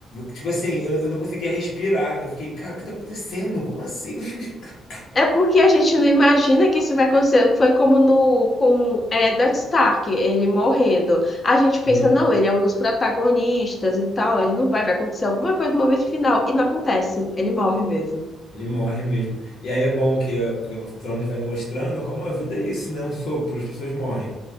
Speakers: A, on the left; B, on the left.
A: Tipo assim, eu, eu não conseguia respirar. Eu fiquei, cara, o que tá acontecendo? Como assim? <laughs>
B: É porque a gente não imagina que isso vai acontecer. Foi como no com Eddard Stark, ele morrendo. A gente pensa,
A: Não,
B: não, ele é um dos protagonistas e tal, ele não vai, vai acontecer alguma coisa no momento final. E não acontece, ele morre mesmo.
A: Ele morre mesmo. E aí é bom que a Game of Thrones vai mostrando como a vida é isso, né? É Um sopro, as pessoas morrem.